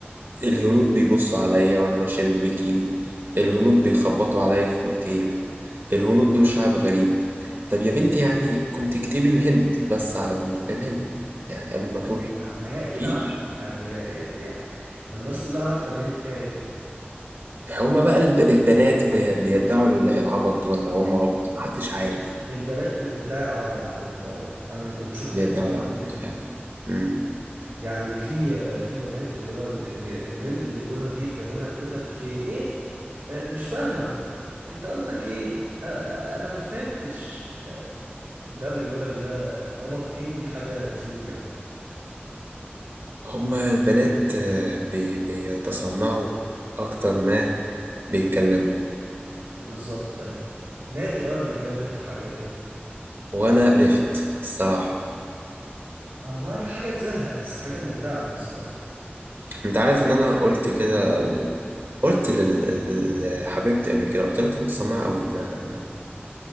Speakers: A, on the right; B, on the right.
A: الهنود بيبصوا عليا وأنا ماشية بالبيكيني الهنود بيخبطوا
B: <laughs>
A: عليا في الأوتيل الهنود دول شعب غريب طب يا بنتي يعني كنت اكتبي الهند بس على جوجل الهند يعني قبل ما تروحي
B: آه، ما هي اكيد
A: مفيش
B: عارفه يعني يعني ما الناس كلها عارفه الهند فيها ايه
A: هما بقى الب... البنات بي... بيدعوا ال- العبط ولا هم عبط محدش عارف
B: البنات بتدعي العبط على فكره اه انا كنت شفت
A: بيدعوا
B: الحوار ده
A: العبط
B: قبل كده
A: فعلا مم.
B: يعني في في بنات اللي هو ال- ال- البنت اللي كل ما تيجي تكلمها تقول لك ايه آه، مش فاهمة انت قصدك ايه آه، آه، انا ما فهمتش آه، ده بيقول لك ده هما فاكرين دي حاجة كيوت يعني
A: هما البنات آه، بي... بيتصنعوا أكتر ما بيتكلموا
B: بالظبط ايوه نادر قوي ما تلاقي بنت حقيقية
A: وأنا قرفت الصراحة
B: والله هي حاجة تزهق بس حاجة ممتعة في نفس الوقت
A: أنت عارف إن أنا قلت كده قلت لل- لل- لحبيبتي قبل كده قلت لها أنت متصنعة أوي أنا